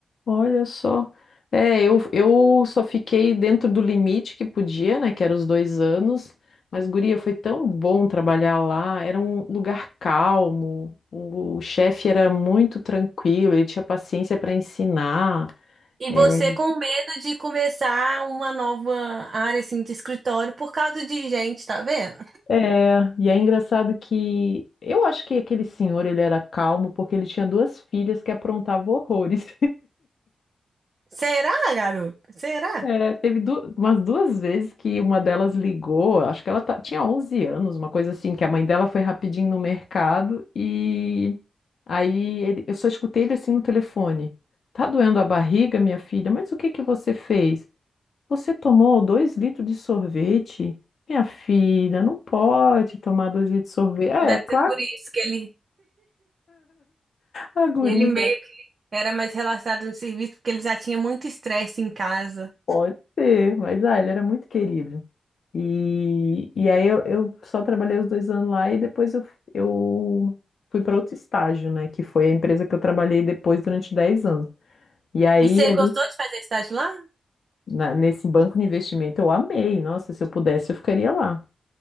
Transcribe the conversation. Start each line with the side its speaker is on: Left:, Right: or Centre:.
Left: Olha só. É, eu, eu só fiquei dentro do limite que podia, né? Que era os dois anos. Mas, guria, foi tão bom trabalhar lá. Era um lugar calmo. O, o chefe era muito tranquilo, ele tinha paciência para ensinar.
Right: E
Left: É,
Right: você com medo de começar uma nova área assim de escritório por causa de gente, tá vendo?
Left: é, e é engraçado que eu acho que aquele senhor ele era calmo porque ele tinha duas filhas que aprontavam horrores.
Right: Será, garoto? Será?
Left: É, teve du- umas duas vezes que uma delas ligou, acho que ela ta- tinha 11 anos, uma coisa assim, que a mãe dela foi rapidinho no mercado e aí ele- eu só escutei ele assim no telefone. Tá doendo a barriga, minha filha? Mas o que que você fez? Você tomou dois litros de sorvete? Minha filha, não pode tomar dois litros de sorvete. É,
Right: Deve
Left: claro,
Right: ser por isso que ele,
Left: a guria
Right: ele meio que era mais relaxado no serviço, porque ele já tinha muito estresse em casa.
Left: pode ser, mas ah, ele era muito querido. E, e aí eu, eu só trabalhei os dois anos lá e depois eu, eu fui para outro estágio, né? Que foi a empresa que eu trabalhei depois durante 10 anos. E aí,
Right: E você
Left: ali,
Right: gostou de fazer estágio lá?
Left: na- nesse banco de investimento, eu amei. Nossa, se eu pudesse, eu ficaria lá.